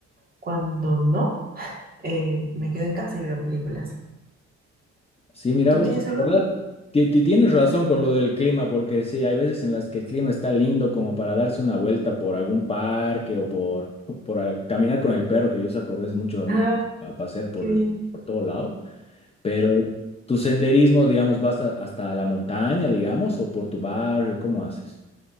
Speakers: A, on the right; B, on the left.
A: Cuando no, eh, me quedo en casa y veo películas.
B: Sí, mira
A: ¿Tú
B: vos,
A: tienes
B: la
A: alguno?
B: verdad, ti- ti- tienes razón con lo del clima, porque sí, hay veces en las que el clima está lindo como para darse una vuelta por algún parque o por, por eh, caminar con el perro, que yo saco a veces mucho a
A: Ay,
B: mi, a pasear por,
A: qué bien.
B: el- por todo lado. Pero tu senderismo, digamos, vas a- hasta la montaña, digamos, o por tu barrio, ¿cómo haces?